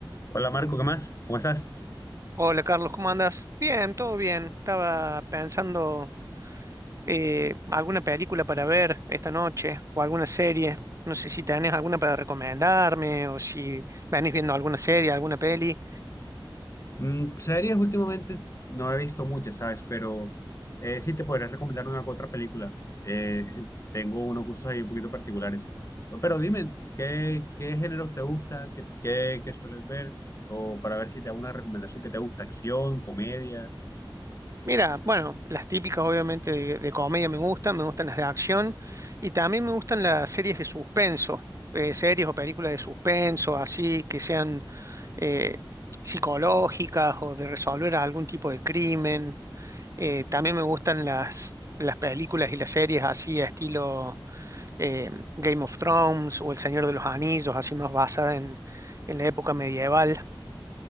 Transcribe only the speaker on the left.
Hola Marco, ¿qué más? ¿Cómo estás?
Mm, series últimamente no he visto muchas, ¿sabes? Pero eh, sí te podría recomendar una u otra película. Eh, <laughs> tengo unos gustos ahí un poquito particulares. Pero dime, ¿qué, qué géneros te gustan? ¿Qué, qué, qué sueles ver? O para ver si te hago una recomendación que te gusta, acción, comedia.